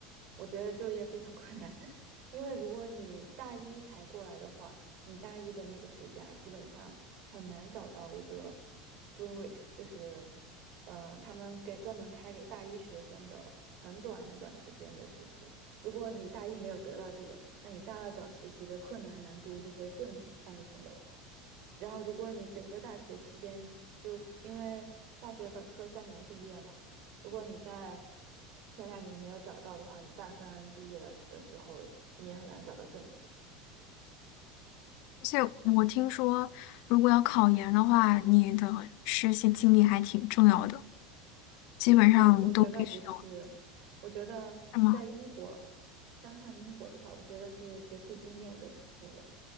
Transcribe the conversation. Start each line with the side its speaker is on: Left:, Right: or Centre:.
Right: 我觉得就业非常困难，<laughs> 因为如果你大一才过来的话，你大一的那个暑假基本上很难找到一个 Spring Week，就是呃他们给专门开给大一学生的很短很短时间的实习。如果你大一没有得到这个，那你大二找实习的困难难度就会更上一层楼。然后，如果你整个大学期间就因为大学本科三年毕业嘛，如果你在前两年没有找到的话，你大三毕业的时候你也很难找到正职。
Left: 而且我听说，如果要考研的话，你的实习经历还挺重要的，基本上都必须要，
Right: 我我觉得不是，我觉得在英国，
Left: 是吗？
Right: 单看英国的话，我觉得是学术经验更重要。